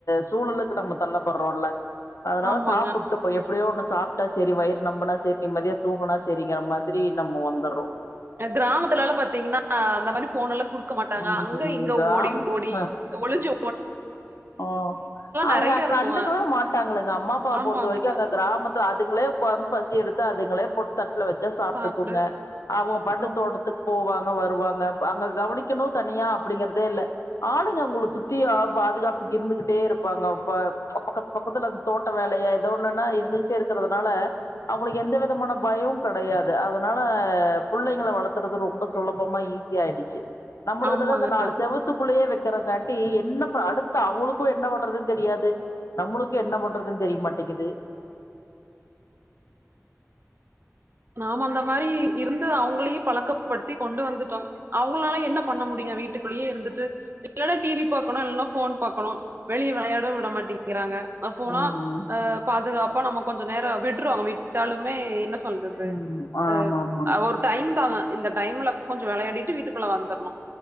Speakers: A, on the left; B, on the right.
A: சூழலுக்கு நம்ம தள்ளப்பட்றோல்ல அதனால
B: ஆமாங்க
A: சாப்புட்டு ப்ப எப்டியோ ஒண்ணு சாப்ட்டா செரி வயிர் நம்புனா செரி நிம்மதியா தூங்குனா செரிங்ர மாத்ரி நம்ம வந்துர்றோ
B: எ க்ராமத்துலளா பாத்தீங்ன்னா அந்த மாரி ஃபோனல்லா குடு க்க மாட்டாங்க
A: ம்
B: அங்க இங்க
A: கிராமத்து
B: ஓடி ஓடி ஒளிஞ்சோ
A: ஓ அவுஙக
B: நிறைய இருக்கும்
A: கண்டுக்கவே மாட்டாங்களங்க அம்மாப்பா
B: ஆமாங்க
A: பொறுத்த வரைக்கு அங்க கிராமத் த்து அதுங்ளே கொத்ம் பசி எடுத்தா அதுங்களே போட் தட்ல வச்சா சாப்ட்டுக்குங்க
B: சாப்பிடு
A: அவு பாட்டு
B: ஆமா
A: தோட்டத்துக் போவாங்க வருவாங்க பாங்க கவனிக்கிணு தனியா அப்டிங்கறதேல்ல ஆளுங்க உங்கள சுத்தியா பாதுகாப் இருந்துகிட்டே இருப்பாங்க இப்ப பக்கத் பக்கத்துல அந்த தோட்ட வேலய எதோ ஒண்ணுன்னா இருந்துகிட்டே இருக்கறதுனால அவுங்களுக்கு எந்த விதமான பயோ கெடையாது அதனால புள்ளைங்கள வளத்துறது ரொம்ப சுலபமா ஈஸி ஆயிடிச்சி நம்மளதுலதா
B: ஆமாங்க
A: இந்த நாலு செவத்துக்குள்ளேயே வெக்கிறங்காட்டி என்னப்பா அடுத் து அவுங்களுக்கு என்ன பண்றதுன்னு தெரியாது நம்முளுக்கு என்ன பண்றதுன்னு தெரிய மாட்டேங்கிது
B: நாம அந்த மாரி இருந்து அவுங்ளையும் பழக்கப்படுத்தி கொண்டு வந்துட்டோ அவுங்ளால என்ன பண்ண முடியு வீட்டுக் உள்ளயே இருந்துட்டு இல்லன்னா டி வி பாக்கணு இல்லன்னா ஃபோன் பாக்கணு வெளிய வெளயாடவு விட மாட்டிங்கிறாங்க அப்போனா
A: ம் ம்
B: அ பாதுகாப்பா நம்ம கொஞ்ச நேரோ விட்ருவாங்க விட்டாலுமே என்ன சொல்றது
A: ம் ஆமா
B: அ
A: ஆமாங்க
B: அவர் டைம் தாங்க இந்த டைம்ல கொஞ்சோ வெளயாடிட்டு வீட்டுக்குள்ள வந்தர்ணு